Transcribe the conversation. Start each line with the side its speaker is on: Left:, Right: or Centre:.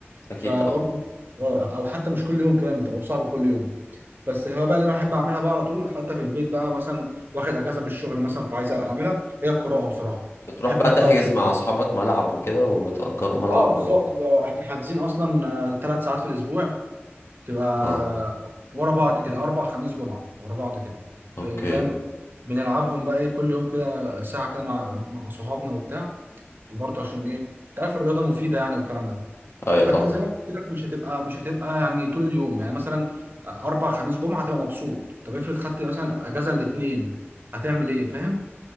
Left: اكيد
Right: فبرضو
Left: طبعا
Right: آه، او حتى مش كل يوم كمان بتبقى صعب كل يوم بس الهوايه بقى اللي انا بحب اعملها بقى على طول حتى في البيت بقى مثلا واخد اجازه من الشغل مثلا فعايز اعملها هي القراءه بصراحه
Left: بتروح
Right: بحب
Left: بقى
Right: القراءه
Left: تحجز
Right: جدا
Left: مع اصحابك ملعب وكده وتأجروا ملعب
Right: اه بالظبط
Left: و...
Right: بقى احنا حاجزين اصلا ثلاث ساعات في الاسبوع تبقى
Left: اه
Right: ورا بعض كده اربع خميس جمعه ورا بعض كده
Left: اوكي
Right: ب- فاهم بنلعبهم بقى ايه كل يوم كده ساعه كده مع مع صحابنا وبتاع وبرضه عشان ايه انت عارف الرياضه مفيده يعني والكلام ده
Left: ايوه
Right: لكن
Left: طبعا
Right: زي ما قلت لك مش هتبقى مش هتبقى يعني طول اليوم يعني مثلا اربع خميس جمعه هتبقى مبسوط طب افرض خدت مثلا اجازه الاثنين هتعمل ايه فاهم